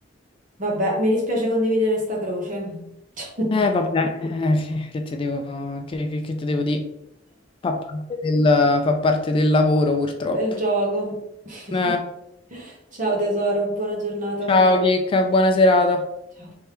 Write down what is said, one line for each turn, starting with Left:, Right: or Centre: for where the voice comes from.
Right: Vabbè, mi dispiace condividere sta croce <laughs>
Left: Eh, vabbè, eh, che che ti devo, che, che- che ti devo dire? Fa parte del, fa parte del lavoro, purtroppo.
Right: del gioco. <laughs>
Left: Eh,
Right: Ciao tesoro, buona giornata.
Left: ciao, Chicca, buona serata.
Right: Ciao.